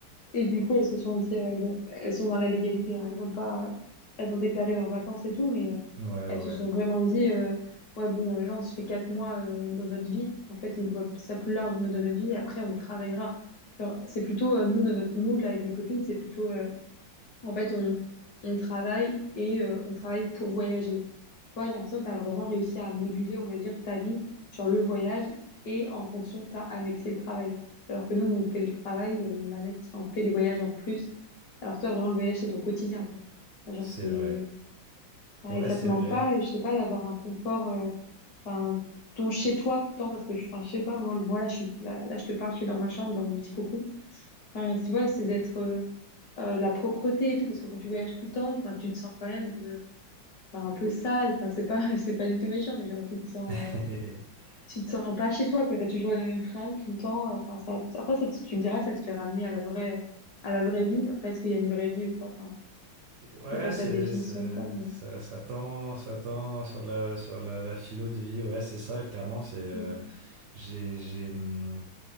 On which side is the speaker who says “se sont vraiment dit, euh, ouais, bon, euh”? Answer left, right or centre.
Left